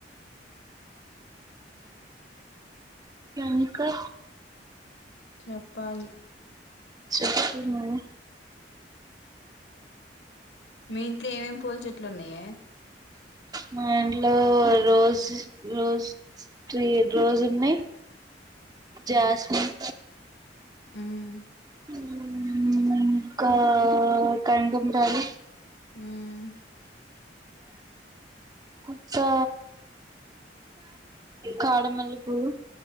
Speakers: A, on the right (about 20°); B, on the left (about 70°).
A: ఇంకా
B: చెప్పాలి
A: చెప్పు నువ్వే
B: మీ ఇంట్లో ఏమేమి పూల చెట్లు ఉన్నయే
A: మా ఇంట్లో రోజ్ రోజ్ త్రీ రోజ్ ఉన్నాయి జాస్మిన్
B: ఉమ్
A: మ్ ఇంకా కనకాంబరాలు
B: ఉమ్
A: ఇంకా కాడమల్లిపూలు